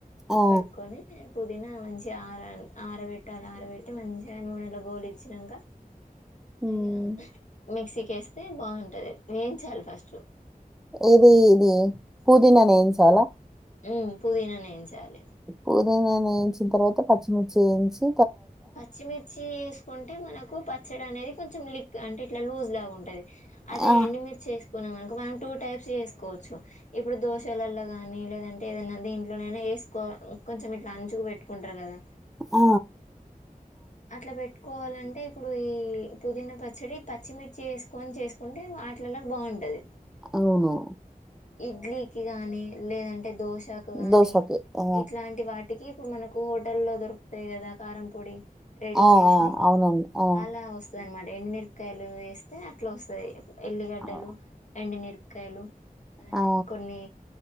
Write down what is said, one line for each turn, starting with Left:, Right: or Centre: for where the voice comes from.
Centre: ఆ
Left: కడుక్కొని పుదీనా మంచిగా ఆరాలి ఆరబెట్టాలి ఆరబెట్టి మంచిగా నూనెలో గోలిచ్చినంకా
Centre: మ్మ్.
Left: అయ్యా మిక్సీకేస్తే బావుంటది వేయించాలి ఫస్ట్
Centre: ఇది ఇది పూదీనానీ ఏంచాలా
Left: హు పుదీనానే ఎంచాలే
Centre: పుదీనా వేయించిన తరువాత పచ్చిమిర్చి ఏంచీ
Left: పచ్చిమిర్చి ఏసుకుంటే మనకు పచ్చడ అనేది కొంచెం లీక్ అంటే ఇట్లా లూజులా ఉంటది అదే
Centre: ఆ ఆ
Left: ఎండుమిర్చి వేసుకున్నామనుకో మనం టూ టైప్స్ చేసుకోవచ్చు ఇప్పుడు దోశలల్ల గా ని లేదంటే ఏదన్నా దీంట్లోనైనా వేసుకో కొంచెం ఇట్లా అంచుకు పెట్టుకుంటారు కదా
Centre: ఆ
Left: అట్లా బెట్టు కోవాలంటే ఇప్పుడు ఈ పుదీనా పచ్చడి పచ్చిమిర్చి వేసుకొని చేసుకుంటే వాటిళ్లకు బాగుంటది
Centre: హొ నో
Left: ఇడ్లీకి గాని లేదంటే దోశకు గాని
Centre: దోసకి. ఆ!
Left: ఇట్లాంటి వాటు టికి ఇప్పుడు మనకు హోటల్లో దొరుకుతాయి కదా కారం పొడి రెడీ
Centre: ఆ!
Left: చేసిన్నాయ్
Centre: ఆ! అవునండి. ఆ!
Left: అలా వస్తదాన్మాట్ ఎండునిర్పకాయలు వేస్తే అట్లా వస్తది ఎల్లిగడ్డలు
Centre: ఆ!
Left: ఎండునిర్పకాయలు హై
Centre: ఆ!
Left: కొన్ని